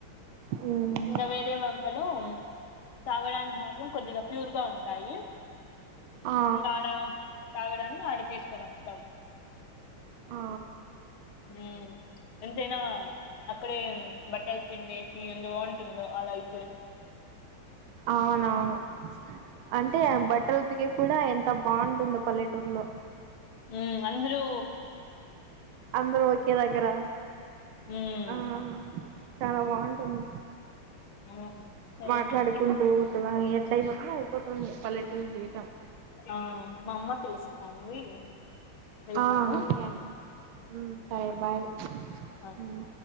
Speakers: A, on the right; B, on the left.
A: హ్మ్
B: ఇంకా వేరే వంకలు తాగడానికి మాత్రం కొద్దిగా ప్యూర్ గా ఉంటాయి
A: ఆ
B: ఇంగాడ తాగడానికి ఆడ తీసుకొని వస్తాం
A: ఆ
B: హ్మ్మ్ ఎంతైనా అక్కడే బట్టలు పిండేసి ఏందో బాగుంటుందో ఆలోచిస్తే
A: అవునవును అంటే బట్టలు దిగే కూడా ఎంత బాగుంటుందో పల్లెట టూర్లో
B: మ్మ్ అంద్రూ
A: అందరు ఒకే దగ్గర
B: ఉమ్
A: ఆ చాలా బాగుంటుంది
B: ఉమ్, సరేనండి
A: మాట్లాడుకుంటూ <unintelligible> అట్ అయిపోతుంది అయిపోతుంది పల్లెటూరి జీవితం
B: ఆ మా అమ్మ పిలుస్తాంది వెళ్తాను
A: ఆ ఓకే అండి హ్మ్మ్ సరే బాయ్
B: ఆ
A: హ్మ్మ్